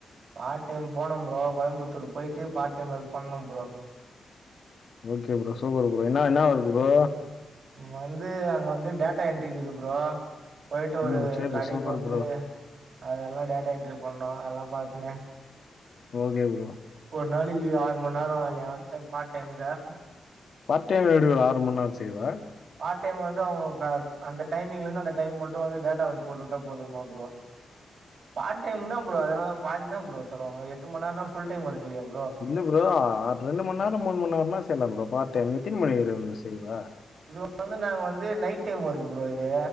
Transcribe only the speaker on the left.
ஓகே ப்ரோ சுப்பர் ப்ரோ என்ன என்ன ஒர்க் ப்ரோ
ம் சரி
சூப்பர்
ப்ரோ
ஓகே ப்ரோ
பார்ட் டைம் எப்டி ப்ரோ ஆறு மணி நேரோ செய்வே
இல்ல ப்ரோ அது ரெண்டு மணி நேரோ மூணு மணி நேரம்னா செய்யலாம் ப்ரோ பார்ட் டைம் எத்தினி மணி நேரோ ப்ரோ செய்வே